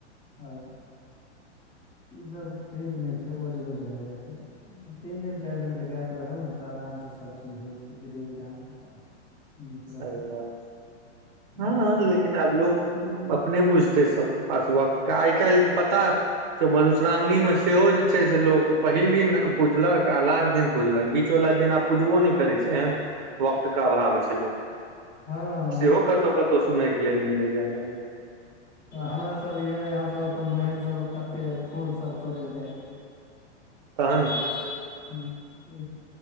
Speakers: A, in the centre; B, on the right.
A: आओर ईसभ ठीक नहि छै ओझ गोज भए जाइ छै तीन दिन चारि दिनके गैप रहल ने तऽ आरामसँ सभचीज होइ छै विधि विधानके साथ नीक
B: सही
A: रहल
B: बात
A: हम्म,
B: हँ लेक लेकिन आब लोक अपने बुझते सबके पास वक्त के आइ काल्हि के पता कियो मधुश्रावणी मे सेहो जे छै से लोग पहिल दिन पूजलक आ लास्ट दिन पूजलक बीच वालला दिन आब पुझबो नहि करै छै एहन वक्त के अभाव छै लोक
A: हाँ
B: सेहो कतहु कतहु सुनय के लेल मिलैया हमरा
A: तऽ हमरा सबके य यहाँ सब अपन बहिन सब ल कते फूल सब तोड़य ल जाइत रहै ह
B: तहन
A: ह <inaudible>